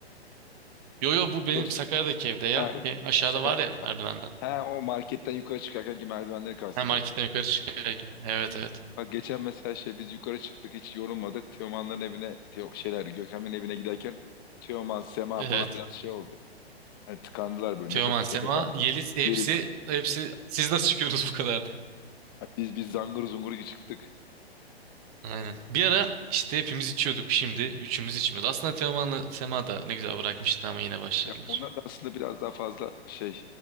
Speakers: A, on the right; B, on the left.
A: Yo yo bu benim
B: Yoksa
A: Sakarya'daki evde ya.
B: ha,
A: Şey, aşağıda
B: şey
A: var ya merdivenden.
B: Ha o marketten yukarı çıkarken ki merdivenleri kastediyorsun.
A: Ha marketten yukarı çıkarken. Evet evet.
B: Bak geçen mesela şey biz yukarı çıktık hiç yorulmadık. Teoman'ların evine Teo, şeyler Gökhan'ın evine giderken Teoman, Sema
A: Evet.
B: falan biraz şey oldu. Hani tıkandılar böyle
A: Teoman,
B: nefes nefese
A: Sema,
B: kaldı.
A: Yeliz hepsi
B: Yeriz.
A: hepsi siz nasıl çıkıyorsunuz bu kadar diyor.
B: Hani biz biz zangır zungur iyi çıktık.
A: Aynen. Bir ara işte hepimiz içiyorduk. Şimdi üçümüz içmiyoruz. Aslında Teoman'la Sema da ne güzel bırakmıştı ama yine başladılar.
B: Ya onlar da aslında biraz daha fazla şey